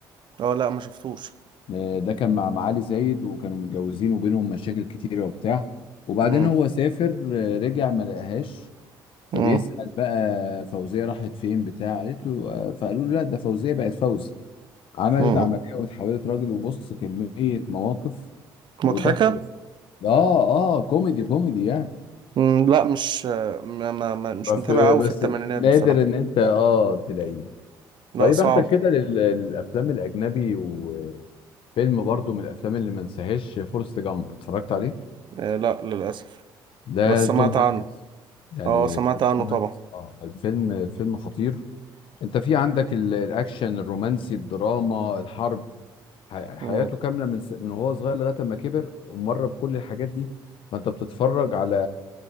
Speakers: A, on the right (about 55°); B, on the left (about 65°).
A: اه لا ما شفتوش
B: آه، ده كان مع معالي زايد وكانوا متجوزين وبينهم مشاكل كتيرة وبتاع وبعدين
A: مم.
B: هو سافر آه، رجع ما لقاهاش
A: مم.
B: فبيسأل بقى فوزية راحت فين بتاع قالت له آه، فقالوا له لا ده فوزية بقت فوزي عملت
A: مم.
B: عملية واتحولت راجل وبص كمية مواقف
A: مضحكة؟
B: وضحك بس اه اه كوميدي كوميدي يعني
A: مم. لا مش ما ما ما- مش
B: بس
A: متابع
B: بس
A: قوي في الثمانينات
B: نادر
A: بصراحة
B: ان انت اه تلاقيه
A: لا
B: طيب
A: صعب
B: اخدك كده لل- للافلام الاجنبي وفيلم برضو من الافلام اللي ما انساهاش فورست جامب اتفرجت عليه
A: آه، لا للأسف
B: ده
A: بس سمعت
B: توم هانكس
A: عنه
B: يعني
A: اه سمعت
B: ده
A: عنه
B: توم
A: طبعا
B: هانكس اه الفيلم الفيلم خطير انت في عندك ال- الاكشن الرومانسي الدراما الحرب ح- حياته
A: مم.
B: كامله من س... من وهو صغير لغايه ما كبر ومر بكل الحاجات دي فانت بتتفرج على